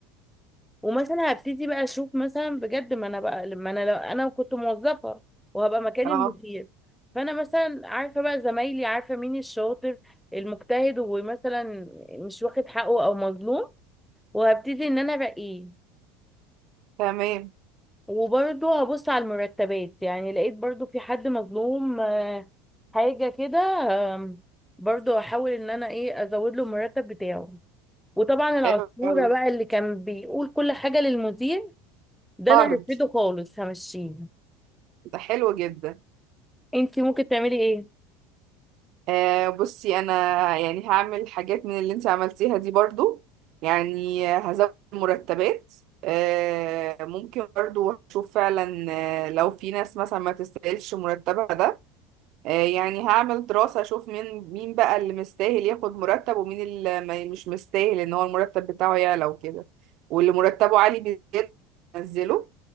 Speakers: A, in the centre; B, on the right.
A: ومثلا هبتدي بقى اشوف مثلا بجد ما انا بقى لما انا لو انا كنت موظفه وهبقى مكان
B: اه
A: المدير فانا مثلا عارفه بقى زمايلي عارفه مين الشاطر المجتهد ومثلا مش واخد حقه او مظلوم وهبتدي ان انا ارقيه
B: تمام
A: وبرضه هبص على المرتبات يعني لقيت برضه في حد مظلوم آه، حاجه كده آم، برضه هحاول ان انا ايه ازود له المرتب بتاعه وطبعا العصفوره
B: حلو أوي.
A: بقى اللي كان بيقول كل حاجه للمدير ده
B: طرد
A: انا هرفضه خالص همشيه
B: ده حلو جدا
A: انتي ممكن تعملي ايه
B: آه بصي انا يعني هعمل حاجات من اللي انت عملتيها دي برضو يعني هزود مرتبات آه ممكن برضو هشوف فعلا آه، لو في ناس مثلا ما تستاهلش مرتبها ده آه، يعني هعمل دراسة اشوف مين مين بقى اللي مستاهل ياخد مرتب ومين اللي ما- مش مستاهل ان هو المرتب بتاعه يعلى وكده واللي مرتبه عالي بيزيد انزله